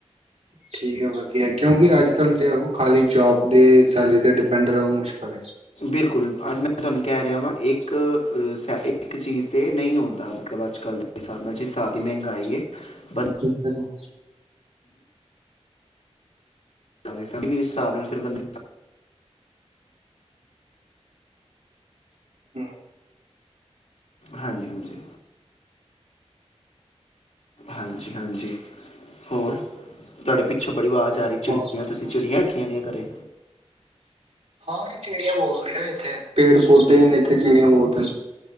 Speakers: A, on the right (about 80°); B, on the left (about 80°).
A: ਠੀਕ ਹੈ, ਵਧੀਆ। ਕਿਉਂਕਿ ਅੱਜ ਕਲ ਜ ਖਾਲੀ ਜੋਬ ਦੇ ਸੈਲਰੀ ਤੇ ਡਿਪੈਂਡ ਰਹੋ, ਮੁਸ਼ਕਿਲ ਹੈ।
B: ਬਿਲਕੁਲ ਅੱਜ ਮੈਂ ਤੁਹਾਨੂੰ ਕਹਿ ਰਿਹਾ ਵਾਂ, ਇੱਕ-ਇੱਕ ਚੀਜ਼ ਤੇ ਨਹੀਂ ਹੁੰਦਾ, ਮਤਲਬ ਅੱਜ-ਕੱਲ ਹਿਸਾਬ ਨਾਲ, ਜਿਸ ਸਾਬ ਦੀ ਮਹਿੰਗਾਈ ਹੈ, ਬਣ
A: ਹੈਲੋ
B: ਫ ਵੀ <unintelligible> ਇਸ ਹਿਸਾਬ ਨਾਲ, ਫਿਰ ਬੰ
A: ਹਮ
B: ਹਾਂਜੀ, ਹਾਂਜੀ ਹਾਂਜੀ, ਹਾਂਜੀ। ਹੋਰ ਤੁਹਾਡੇ ਪਿੱਛੋਂ? ਬੜੀ ਆਵਾਜ਼ ਆ ਰਹੀ ਚਿੜੀਆਂ,
A: ਹੋਰ
B: ਤੁਸੀਂ ਚਿੜੀਆਂ ਰੱਖੀਏ? ਖਿਆ ਦੀਆਂ, ਘਰੇ
A: ਹਾਂ, ਇਹ ਚਿੜੀਆਂ ਬਹੁਤ ਨੇ। ਇੱਥੇ ਪੇੜ-ਪੌਦੇੇ ਨੇ, ਇੱਥੇ ਚਿੜੀਆਂ ਬਹੁਤ ਨੇ